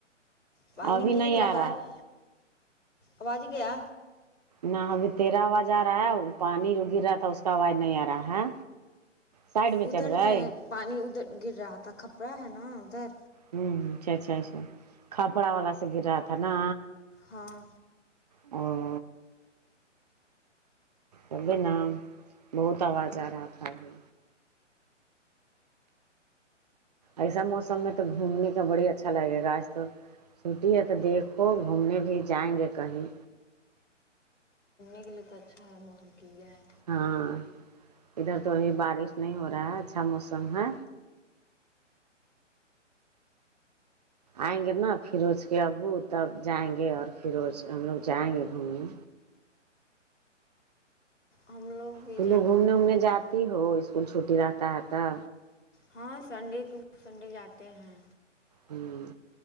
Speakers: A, on the left; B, on the right.
A: پانی
B: ابھی
A: گر
B: نہیں
A: رہا
B: آ
A: ہے آواز گیا
B: نہ ابھی تیرا آواز آ رہا ہے وہ پانی جو گر رہا تھا اس کا آواز نہیں آ رہا ہے سائڈ میں
A: ادھر
B: چل گئے
A: تھے پانی ادھر گر رہا تھا کھپرا ہے نا ادھر
B: ہمم اچھا اچھا اچھا کھپڑا والا سے گر رہا تھا نا
A: ہاں
B: اور اب نا بہت آواز آ رہا تھا ابھی ایسا موسم میں تو گھومنے کا بڑی اچھا لگے گاآج تو چھٹی ہے تو دیکھو گھومنے بھی جائیں گے کہیں
A: یے تو اچھا ہے محور کیلے ہے
B: ہاں ادھر تو ہی بارش نہیں ہو رہا ہے اچھا موسم ہے آئیں گے نا فروز کے ابو تب جائیں گے اور فروز ہم لوگ جائیں گے گھومنے
A: ہم بھی
B: تم
A: جانا
B: لوگ گھومنے
A: تھا
B: وومنے
A: لیکن
B: جاتی ہو اسکول چھٹی رہتا ہے تب
A: ہاں سنڈے ٹو سنڈے جاتے ہیں
B: ہوں